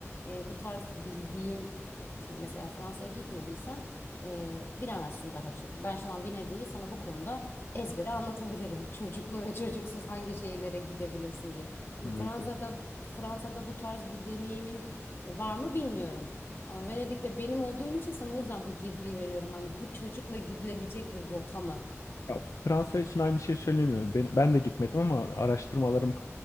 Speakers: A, on the left; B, on the left.
A: e, bu tarz bildiğin e, şimdi mesela Fransa'ya gitmediysen e, bilemezsin daha çok. Ben şu an Venedik'i sana bu konuda ezbere anlatabilirim. <laughs> Çocuklu ve çocuksuz hangi şehirlere gidebilirsin diye. Şimdi
B: Evet,
A: Fransa'da
B: evet.
A: Fransa'da bu tarz bir deneyimin var mı bilmiyorum. Ama Venedik'te benim olduğum için sana o yüzden bu girdiği veriyorum. Hani bu çocukla gidilebilecek bir rota mı?
B: Ya Fransa için aynı şeyi söyleyemiyorum. Ben, ben de gitmedim ama araştırmalarım